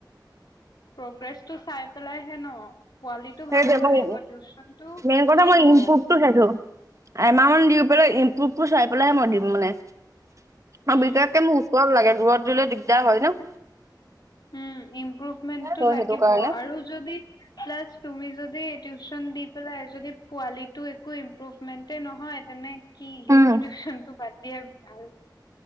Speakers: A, on the left; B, on the right.
A: প্ৰগ্ৰেছ টো চাই পেলাই হে ন কোৱালিটো
B: সেই
A: ভাল
B: যে
A: হ'ব
B: মই
A: লাগিব টিউচনটো
B: মেইন কথা
A: যিও
B: মই ইনপুটটো
A: হওক
B: চাইছো এমাহমান দি পেলাই ইম্প্ৰুভটো চাই পেলাইহে মই দিম মানে। আৰু
A: উম
B: বিশেষকে মোক ওচৰত লাগে। দূৰত দিলে দিগদাৰ হয় ন।
A: উ ইম্প্ৰুভমেন্টটো
B: ত'
A: লাগিব
B: সেইটো কাৰণে
A: আৰু যদি প্লাছ তুমি যদি টিউচন দি পেলাই যদি পোৱালিটো একো ইম্প্ৰুভমেন্টে নহয় তেনে কি সেইটো
B: উম।
A: টিউচনটো বাদ দিয়ায়ে ভাল